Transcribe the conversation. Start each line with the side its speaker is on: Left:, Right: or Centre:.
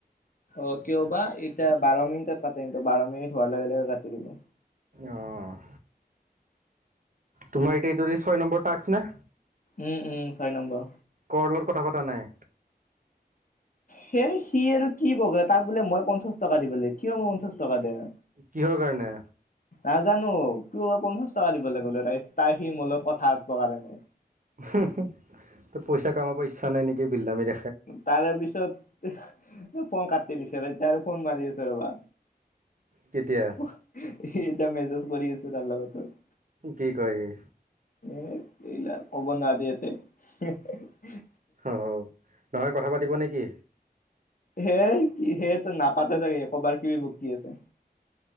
Left: অঁ, কিয় বা এতিয়া বাৰ মিনিটত কাটে বাৰ মিনিট হোৱাৰ লগে লগে কাটি দিম।
Right: অঁ, তোমাৰ এতিয়া এইটো ছয় নম্বৰ তাস্ক নে?
Left: উম, উম, ছয় নম্বৰ।
Right: কৰ্ণৰ লগত কথা পতা নাই।
Left: সেই সি আৰু কি বগা, তাক বোলে মই পঞ্চাশ টকা দিবলৈ লাগে। কিয় মোক পঞ্চাশ টকা দিওঁ?
Right: কিহৰ কাৰণে?
Left: নাজানোঁ, তোৰ ব পঞ্চাশ টকা দিব লাগিব বোলে। তাই -তাই সি মোৰ লগত কথা পতাৰ কাৰণে।
Right: তোৰ পইচা কমাব ইচ্ছা নাই নেকি? বিললাে <unintelligible>
Left: তাৰে পিছত - ফোন কাটি দিছে ৰবা, এতিয়া আৰু ফোন মাৰি আছে ৰবা।
Right: কেতিয়া
Left: সি এতিয়া মেছেজ কৰি আছে তাৰ লগতোৰ।
Right: কি কৰে সি?
Left: এ এতিয়া ক'ব নোৱাৰি ইয়াতে।
Right: অঁ, নহয় কথা পাতিব নে কি?
Left: হেই কি, সেইটো নাপাতে চাগৈ কবাৰ কি বকি আছে।